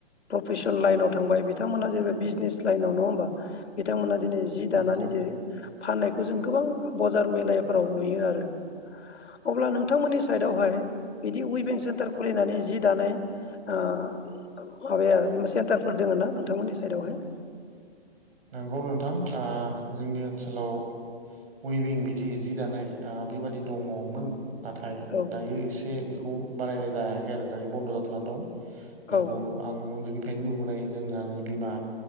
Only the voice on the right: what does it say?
नंगौ
नंगौ नोंथां आ जोंनि ओनसोलाव उइबिं बिदि जि दानाय बेबादि दङ'मोन। नाथाय
दायो एसे बेखौ बानायनाय जायाखै आरो दायो बन्द' जाथ'ना दं। बेखौ
आं उन्दैनिफ्रायनो नुबोनाय जोंहानि बिमा